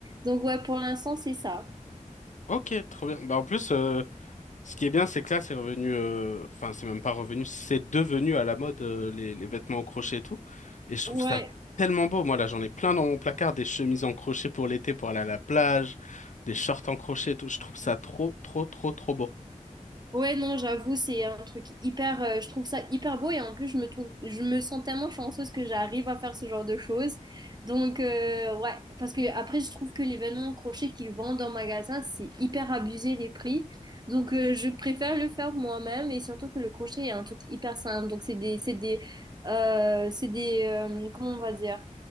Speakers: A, on the right (about 30°); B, on the left (about 65°).
A: Donc, ouais, pour l'instant, c'est ça.
B: Ok, trop bien. Bah, en plus, euh, ce qui est bien, c'est que là, c'est revenu, euh, enfin, c'est même pas revenu, c'est devenu à la mode, euh, les, les vêtements en crochet et tout. Et je
A: Ouais.
B: trouve ça tellement beau. Moi, là, j'en ai plein dans mon placard, des chemises en crochet pour l'été, pour aller à la plage, des shorts en crochet et tout. Je trouve ça trop, trop, trop, trop beau.
A: Ouais, non, j'avoue, c'est un truc hyper, euh, je trouve ça hyper beau et en plus, je me trouve, je me sens tellement chanceuse que j'arrive à faire ce genre de choses. Donc, euh, ouais, parce que après, je trouve que les vêtements crochés qu'ils vendent en magasin, c'est hyper abusé les prix. Donc, euh, je préfère le faire moi-même et surtout que le crochet est un truc hyper simple. Donc, c'est des, c'est des, euh, c'est des, euh, comment on va dire,